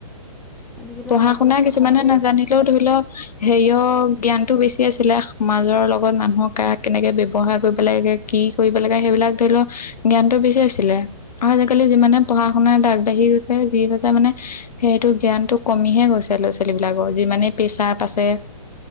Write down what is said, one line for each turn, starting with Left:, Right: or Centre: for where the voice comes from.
Centre: আজিকালি
Left: পঢ়া
Centre: অলপ
Left: শুনা
Centre: অলপ
Left: কিছুমানে
Centre: কথাতে
Left: নাজানিলেও ধৰি লওক হেৰিয়ৰ জ্ঞানটো বেছি আছিলে সমাজৰ লগত মানুহক কাক কেনেকে ব্যৱহাৰ কৰিব লাগে কি কৰিব লাগে সেইবিলাক ধৰি লওক জ্ঞানটো বেছি আছিলে আৰু আজিকালি যিমানে
Centre: উম
Left: পঢ়া শুনাত আগবাঢ়ি গৈছে যি হৈছে মানে সেইটো জ্ঞান টো কমিহে গৈছে ল'ৰা ছোৱালী বিলাকৰ যিমানে প্ৰেছাৰ পাচ পে